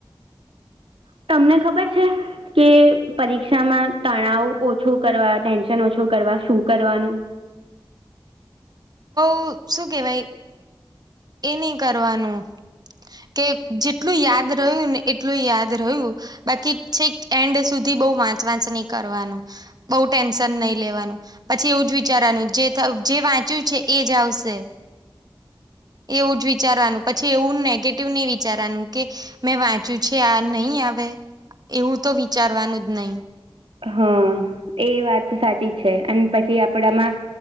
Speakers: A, on the right; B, on the right.
A: તમને ખબર છે. કે પરીક્ષામાં તણાવ ઓછો કરવા ટેન્શન ઓછો કરવા શું કરવાનું.
B: પુ શું કેવાય એ નહીં કરવાનું. કે જેટલું યાદ રહ્યું ને એટલું યાદ રહ્યું બાકી છેક એન્ડ સુધી બહુ વાંચ વાંચ નહી કરવાનું. બહુ ટેન્શન નહી લેવાનું પછી એવું જ વિચારવાનું જે થયું જે વાંચ્યું છે એ જાવશે.
A: <inaudible>
B: એવું જ વિચારવાનું પછી એવું નેગેટિવ નહી વિચારવાનું કે મેં વાંચ્યું છે આ નહીં આવે એવું તો વિચારવાનું જ નહી.
A: હા એ વાત સાચી છે અને પછી આપડામાં